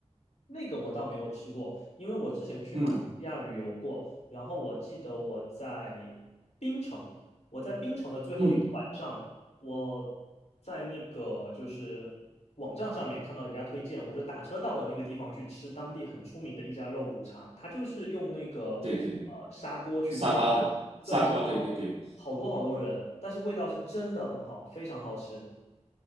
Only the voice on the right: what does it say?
嗯
嗯，
对对对，沙包的砂锅，
对对对